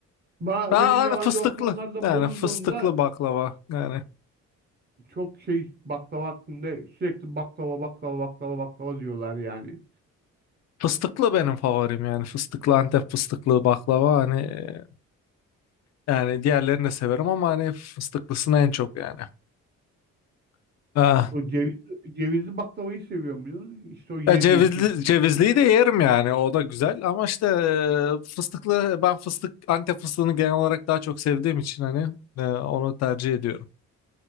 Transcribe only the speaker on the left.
Aa,
hani
fıstıklı.
Yani
fıstıklı baklava. Yani
fıstıklı benim favorim yani fıstıklı Antep fıstıklı baklava hani e, yani diğerlerini de severim ama hani fıstıklısını en çok yani. Ha.
Ya cevizli, cevizliyi de yerim yani o da güzel ama işte e, fıstıklı ben fıstık Antep fıstığını genel olarak daha çok sevdiğim için hani e, onu tercih ediyorum.